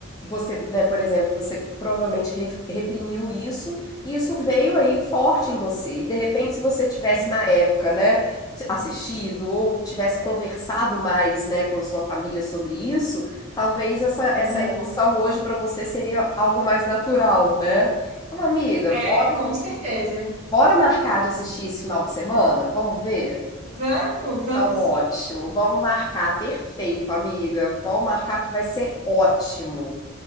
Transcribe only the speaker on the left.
você, né, por exemplo, você provavelmente re- reprimiu isso, e isso veio aí forte em você. E de repente, se você tivesse
na época, né, assistido ou tivesse conversado mais, né, com sua família sobre isso, talvez essa,
essa emoção hoje para você seria algo mais natural, né? Então, amiga, bora,
bora marcar de assistir esse final de semana? Vamos ver?
Então,
ótimo.
Vamos marcar. Perfeito, amiga. Vamos marcar que vai ser ótimo.